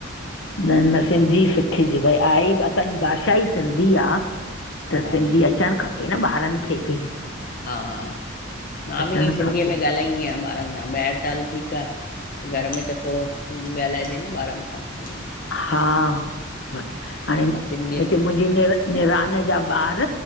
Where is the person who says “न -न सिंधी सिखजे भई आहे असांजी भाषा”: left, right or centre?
Left